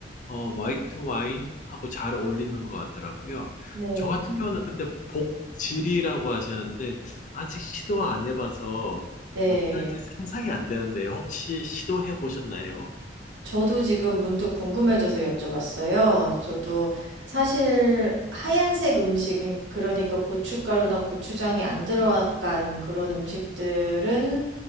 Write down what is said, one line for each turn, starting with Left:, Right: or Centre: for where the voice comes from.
Left: 어, 화이트 와인하고 잘 어울리는 것 같더라고요.
Right: 네.
Left: 저 같은 경우는 근데 복지리라고 하셨는데, 아직 시도 안 해봐서
Right: 네.
Left: 어떨지 상상이 안 되는데, 혹시 시도해 보셨나요?
Right: 저도 지금 문득 궁금해져서 여쭤봤어요. 저도 사실 하얀색 음식, 그, 그러니까 고춧가루나 고추장이 안 들어간 그런 음식들은